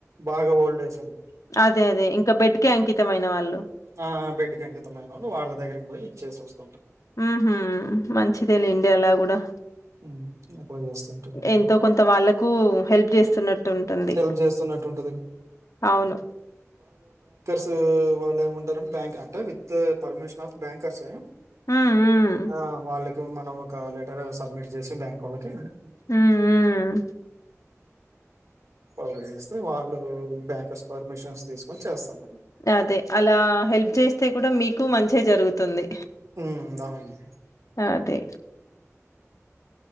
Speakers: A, on the right; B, on the left.
A: బాగాఓల్డ్ ప్రజలు
B: అదే అదే ఇంకా బెడ్ కె అంకిత్ తమైన వాళ్ళు
A: ఆ బెడ్ కే అంకితమైనోళ్లు వాళ్ళ దగ్గరికి పోయి ఇచ్చే వస్తరు.
B: మ్ హు మంచిదే లేండి అలా కూడా
A: ఉమ్, అట్లా చేస్తుంటానండి
B: ఎంతో కొంత వాళ్ళకు హెల్ప్ చేస్తున్నట్టు ఉంటుంది.
A: హెల్ప్ చేస్తున్నట్టు ఉంటది
B: అవును
A: ఓ వాళ్ళేమన్ బ్యాంక్ అంటే విత్ పర్మిషన్ ఆఫ్ బ్యాంక్ అంటే
B: హ్మ్. హ్మ్.
A: ఆ వాళ్ళకి మనం ఒక లెటర్ సబ్మిట్ చేసి బ్యాంక్ వాళ్ళకి
B: హుమ్ ఉ
A: కట్ చేస్ వాళ్ళు బ్యాంకర్స్ పర్మిషన్స్ తీసుకొని చేస్తన
B: అదే అలా హెల్ప్ చేస్తే కూడా మీకు మంచే జరుగుతుంది
A: ఉ అవును
B: అదే